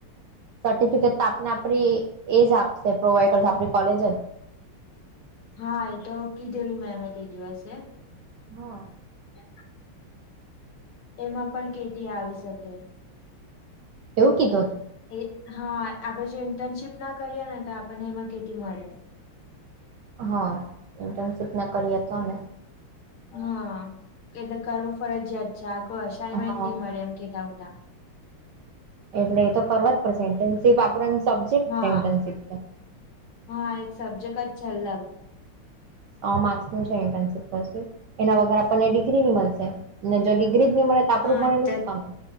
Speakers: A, on the right; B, on the left.
A: સર્ટિફિકેટ તો આપને આપણી એજ આપશે પ્રોવાઈડ કરશે આપણી કોલેજ જ
B: હા એ તો કીધેલું મેં અમે તે દિવસે
A: હા
B: ક એમાં પણ કેટી આવી શકે
A: એવું કીધું હતું
B: એ હા આપડે જો ઇન્ટર્નશીપ ના કરીએ ને તો આપણને એમાં કેટી મળે
A: હં ઇન્ટર્નશીપ ના કરીએ તો અને
B: હા એટલે કરવું ફરજયાત છે આ કોઈ અસાાઈનમેન્ટ
A: હા
B: નહી મળે એમ કે આવતા
A: એટલે એ તો કરવા જ પડશે ઇન્ટર્નશીપ આપોણા નો સબ્જેક્ટ
B: હા
A: છે ઇન્ટર્નશીપ તો
B: હા એક સબ્જેક્ટ જ છેલ્લે
A: સો માર્ક્સ નું છે ઇન્ટર્નશીપ પછી એના વગર આપણને ડિગ્રી ની મળશે ને જો ડિગ્રી જ ન મળે તો આપણે
B: હા
A: ભણેલુ
B: તો
A: શું કામનું